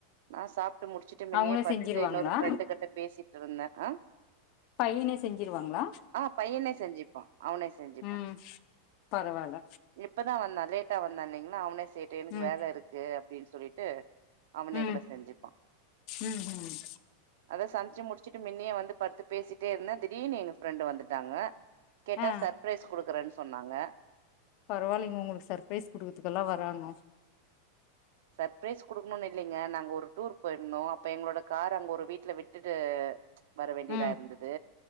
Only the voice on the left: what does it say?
அவங்களே
செஞ்சிருவாங்களா
பையனே செஞ்சிருவாங்ளா
ம் பரவால்ல
ம்
ம்
ம் ம்
ஆ
பரவால்லைங்க உங்களுக்கு சர்ப்ரைஸ் குடுக்கதுக்குல்லா வராங்கோ
ம்